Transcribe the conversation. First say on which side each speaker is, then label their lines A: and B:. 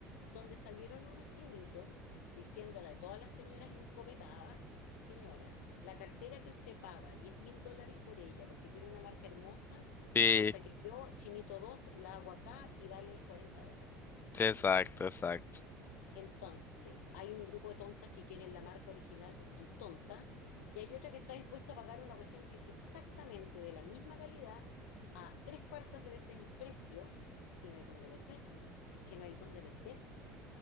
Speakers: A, on the left; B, on the left.
A: donde salieron unos chinitos diciéndole a todas las señoras encopetadas, señora, la cartera que usted paga, diez mil dólares por ella, porque tiene una marca hermosa,
B: Sí,
A: resulta que yo, chinito 2 la hago acá y vale 40 dólares.
B: sí, exacto, exacto.
A: Entonces, hay un grupo de tontas que quieren la marca original porque son tontas, y hay otra que está dispuesta a pagar una cuestión que es exactamente de la misma calidad a tres cuartos de veces el precio, y no hay dónde perderse. Es que no hay dónde perderse.